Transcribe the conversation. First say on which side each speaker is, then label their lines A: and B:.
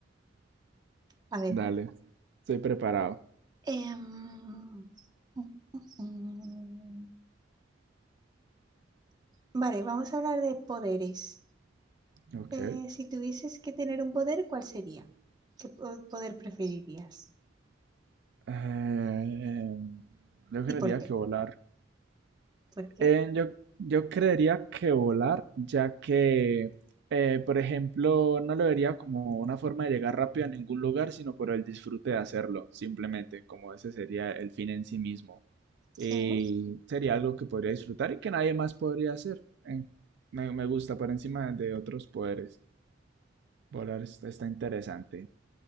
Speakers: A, on the right (about 20°); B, on the right (about 60°).
A: A ver.
B: dale, estoy preparado.
A: Em, mm, mm, mm. Vale, vamos a hablar de poderes.
B: Ok.
A: Eh, si tuvieses que tener un poder, ¿cuál sería? ¿Qué po- poder preferirías?
B: Eh, yo creería
A: ¿Y por qué?
B: que volar.
A: ¿Por qué?
B: Eh, yo, yo creería que volar, ya que, eh, por ejemplo, no lo vería como una forma de llegar rápido a ningún lugar, sino por el disfrute de hacerlo, simplemente, como ese sería el fin en sí mismo. Y
A: Sí,
B: sería algo que podría disfrutar y que nadie más podría hacer. Eh, me, me gusta por encima de otros poderes. Volar es- está interesante.